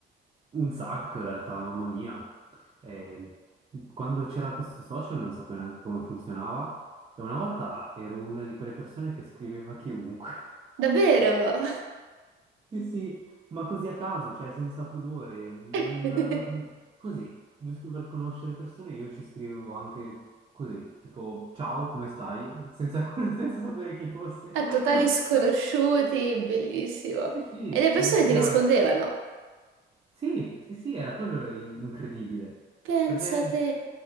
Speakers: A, on the right; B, on the right.
A: Un sacco in realtà, mamma mia. Eh, quando c'era questo social non sapevo neanche come funzionava e una volta ero una di quelle persone che scriveva a chiunque. <laughs>
B: Davvero?
A: Sì, sì, ma così a caso, cioè senza pudore, non,
B: <laughs>
A: non avevo... Così, giusto per conoscere persone, io ci scrivevo anche così, tipo ciao, come stai? Senza, <laughs> senza sapere chi fosse.
B: A
A: <laughs>
B: totali sconosciuti, bellissimo.
A: Sì, sì,
B: E le persone
A: sia, sia-
B: ti rispondevano.
A: Sì, sì, sì, era quello in- incredibile.
B: Pensa
A: Perché
B: te.